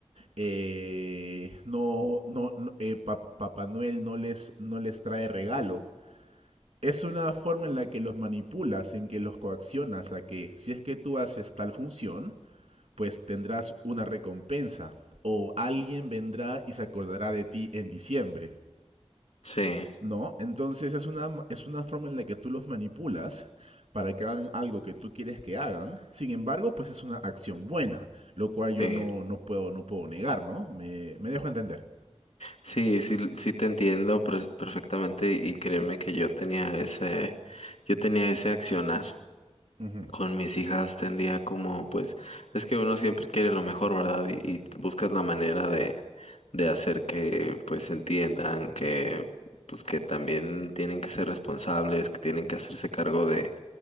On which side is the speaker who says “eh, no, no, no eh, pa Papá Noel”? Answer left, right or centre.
Right